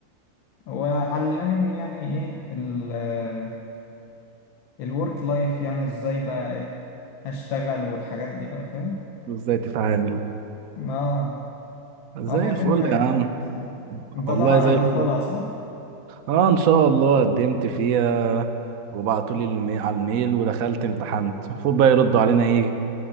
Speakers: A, on the left; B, on the right.
A: وعلمني يعني ايه ال... آه، الورك لايف يعني ازاي بقى ايه هشتغل والحاجات دي بقى فاهم
B: ازاي تتعامل؟
A: اه
B: زي
A: اه فاهمين
B: الفل
A: حاجات
B: يا عم
A: كتير الصراحة انت
B: والله
A: طبعا
B: زي الفل
A: هتدخلها صح؟
B: اه ان شاء الله قدمت فيها وبعتوا لي المي... على الميل ودخلت امتحنت المفروض بقى يردوا علينا ايه